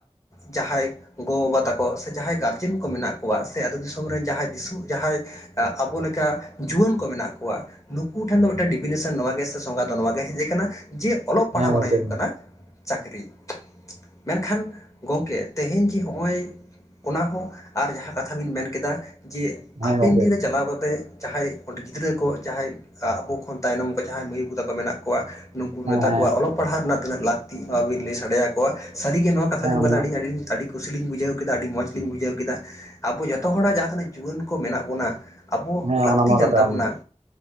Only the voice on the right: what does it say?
ᱦᱮᱸ
ᱜᱚᱝᱠᱮ
ᱦᱮᱸ
ᱜᱚᱝᱠᱮ
ᱦᱮᱸ
ᱦᱮᱸ
ᱦᱮᱸ
ᱚᱱᱟ
ᱢᱟ
ᱦᱮᱸ
ᱚᱱᱟ ᱢᱟ
ᱠᱟᱛᱷᱟ
ᱜᱮ